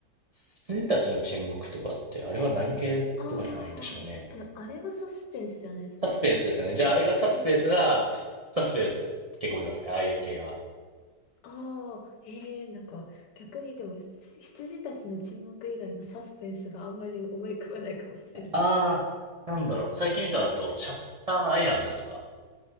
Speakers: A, on the right; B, on the left.
A: 羊たちの沈黙とかって、あれは何系とかに入るんでしょうね。
B: ああ、え、あれはサスペンスじゃないですか。
A: サスペンスですよね。
B: サスペンス、
A: じゃあ、あれがサスペンスなら、サスペンス結構見ますね、ああいう系は。
B: ああ、ええなんか逆にでもし羊たちの沈黙以外のサスペンスがあんまり思い浮かばないかもしれない。
A: ああ、なんだろう。最近見たのだと、シャッターアイランドとかっ